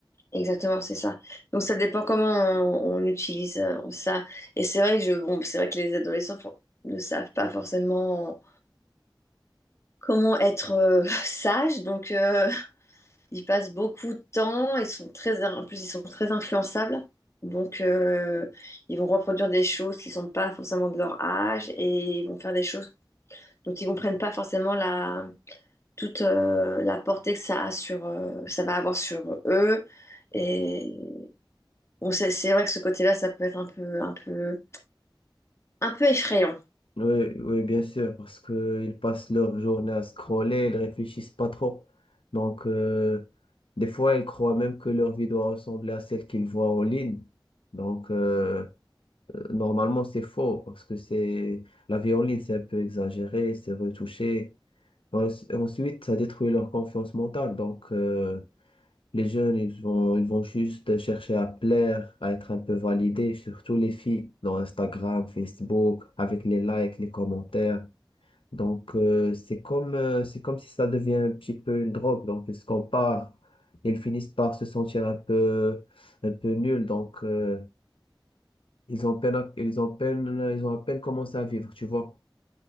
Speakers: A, on the left; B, on the left.
A: Exactement, c'est ça. Donc ça dépend comment on, on utilise euh, ça. Et c'est vrai que je, bon, c'est vrai que les adolescents for- ne savent pas forcément comment être euh, <laughs> sages. Donc euh, ils passent beaucoup de temps. Ils sont très, en plus ils sont très influençables. Donc euh, ils vont reproduire des choses qui sont pas forcément de leur âge et ils vont faire des choses dont ils comprennent pas forcément la toute euh, la portée que ça a sur, euh, ça va avoir sur eux. Et Bon, c'est c'est vrai que ce côté-là, ça peut être un peu, un peu, un peu effrayant.
B: Oui, oui, bien sûr, parce qu'ils passent leur journée à scroller, ils réfléchissent pas trop. Donc, euh, des fois, ils croient même que leur vie doit ressembler à celle qu'ils voient en ligne. Donc, euh, euh, normalement, c'est faux, parce que c'est la vie en ligne, c'est un peu exagéré, c'est retouché. En- Ensuite, ça détruit leur confiance mentale. Donc, euh, les jeunes, ils vont, ils vont juste chercher à plaire, à être un peu validés, surtout les filles, dans Instagram, Facebook, avec les likes, les commentaires. Donc, euh, c'est comme, euh, c'est comme si ça devient un petit peu une drogue. Donc, ils se comparent. Ils finissent par se sentir un peu, un peu nuls. Donc, euh, ils ont peine, à- ils ont peine, ils ont à peine commencé à vivre, tu vois.